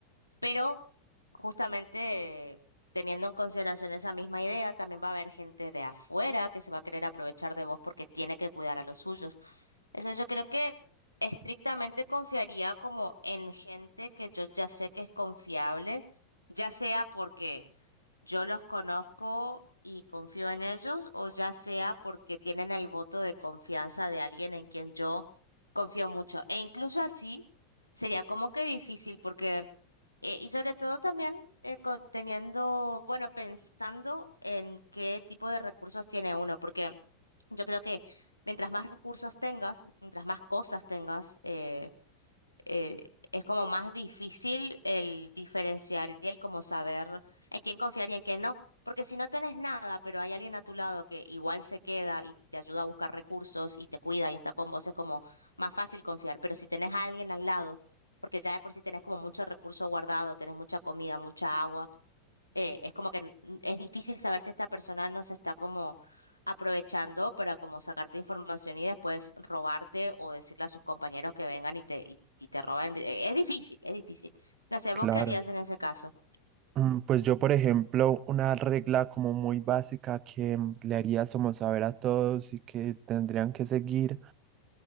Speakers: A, on the left; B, on the right.
A: pero justamente teniendo en consideración esa misma idea, también va a haber gente de afuera que se va a querer aprovechar de vos porque tiene que cuidar a los suyos. Entonces yo creo que estrictamente confiaría como en gente que yo ya sé que es confiable, ya sea porque yo los conozco y confío en ellos, o ya sea porque tienen el voto de confianza de alguien en quien yo confío mucho. E incluso así sería como que difícil, porque, eh, y sobre todo también eh, co- teniendo, bueno, pensando en qué tipo de recursos tiene uno, porque yo creo que mientras más recursos tengas, mientras más cosas tengas, eh, eh, es como más difícil el diferenciar y el como saber en quién confiar y en quién no. Porque si no tenés nada, pero hay alguien a tu lado que igual se queda y te ayuda a buscar recursos y te cuida y está con vos, es como más fácil confiar. Pero si tenés a alguien al lado, porque ya de por sí tenés como mucho recurso guardado, tenés mucha comida, mucha agua eh, es como que n- es difícil saber si esta persona no se está como aprovechando para como sacarte información y después robarte o decirle a sus compañeros que vengan y te, y, y te roben. Eh, Es difícil, es difícil. No sé, ¿vos
B: Claro.
A: qué harías en ese caso?
B: Mm, Pues yo, por ejemplo, una regla como muy básica que mm, le haría como saber a todos y que tendrían que seguir